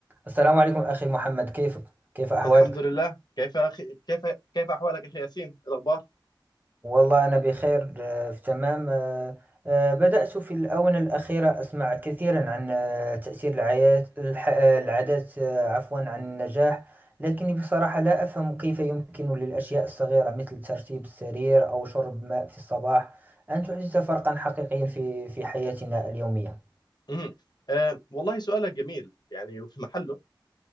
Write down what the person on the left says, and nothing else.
الحمد لله كيف أخي كيف كيف أحوالك أخي ياسين الأخبار؟
مم. أه والله سؤالك جميل يعني وفي محله